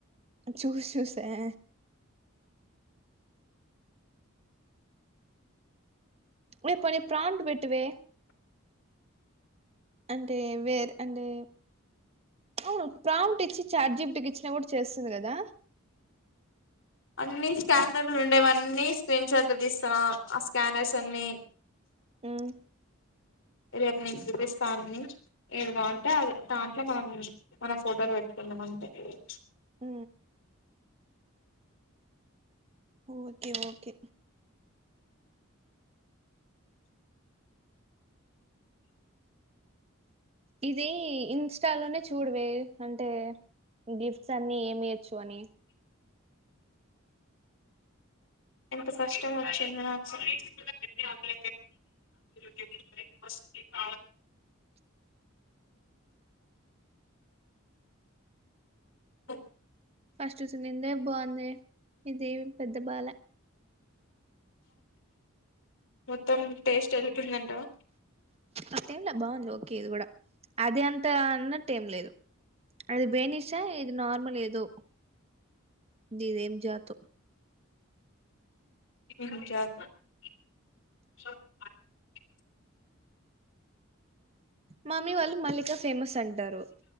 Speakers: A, on the right; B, on the left.
A: చూస్ చూసే ఆ హే పోనీ ఫ్రంట్ పెట్టవే అంటే వేరు అంటే అవును ప్రాంట్ ఇచ్చి చార్జీప్టికి ఇచ్చినా కూడా చేస్తుంది కదా
B: అన్ని స్కానర్లు ఉండేవన్నీ స్క్రీన్ షాట్లు తీస్తన్నా ఆ స్కానర్స్ అన్ని
A: మ్మ్
B: రేపు నేను చూపిస్తాని అన్ని ఏది బాగుంటే అ దాంట్లో మనం మన ఫోటోలు పెట్టుకు మన పెట్టవచ్చు
A: ఉ ఓకే ఓకే ఇది ఇన్స్టాలోనే చూడవే అంటే గిఫ్ట్స్ అన్నీ ఏమియచ్చు అని
B: ఎంత కష్టం ఒచ్చింది నాకు గ వస్త అవు ఓ
A: ఫస్ట్ స్విమ్మిన్దే బావుందే ఇదేం పెద్ద బాల
B: మొత్తం టేస్ట్ ఏళ్ళిపోయిందంటవ.
A: అట్లేంలే బావుంది ఓకే ఇది గూడా అది అంతా అన్నట్టేం లేదు. అది బేనీషా ఇది నోర్మల్ ఏదో దిదేం జాతొ
B: <unintelligible>
A: మమ్మీ వాళ్ళు మల్లిక ఫేమస్ అంటారు.